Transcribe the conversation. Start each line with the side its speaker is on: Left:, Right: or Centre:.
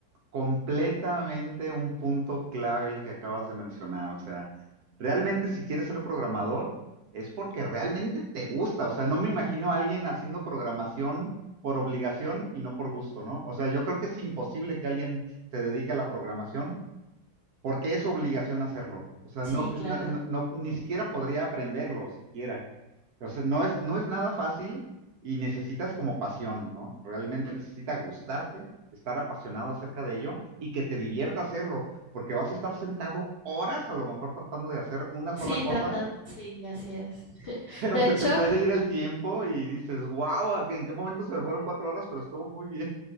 Right: completamente un punto clave el que acabas de mencionar. O sea, realmente si quieres ser programador, es porque realmente te gusta. O sea, no me imagino a alguien haciendo programación por obligación y no por gusto, ¿no? O sea, yo creo que es imposible que alguien se dedique a la programación porque es obligación hacerlo. O sea,
Left: Sí,
Right: no,
Left: claro.
Right: no, no- no- ni siquiera podría aprenderlo, siquiera. O sea, no es, no es nada fácil y necesitas como pasión, ¿no? Realmente necesita gustarte, estar apasionado acerca de ello y que te divierta hacerlo, porque vas a estar sentado horas a lo mejor tratando de hacer una sola
Left: Sí,
Right: cosa,
Left: trata, sí, así es.
Right: <laughs> pero
Left: De
Right: se
Left: hecho,
Right: te puede ir el tiempo y dices, wow, ¿en qué momento se me fueron cuatro horas? Pero estuvo muy bien.